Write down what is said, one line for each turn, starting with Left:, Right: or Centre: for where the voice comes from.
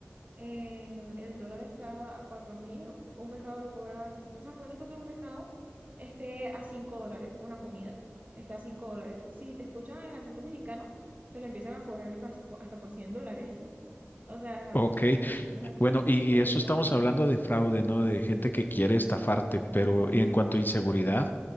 Right: eh, el dólar está a cuatro mil, un pescado lo cobra, 20 o sea, ponte tú que un pescado esté a 5 dólares, una comida, está a 5 dólares. Si te escuchan el acento mexicano, te lo empiezan a cobrar hasta, hasta por 100 dólares. O sea,
Left: Ok,
Right: una cosa
Left: Bueno, y,
Right: súper
Left: y eso
Right: loca.
Left: estamos hablando de fraude, ¿no? De gente que quiere estafarte, pero en cuanto a inseguridad,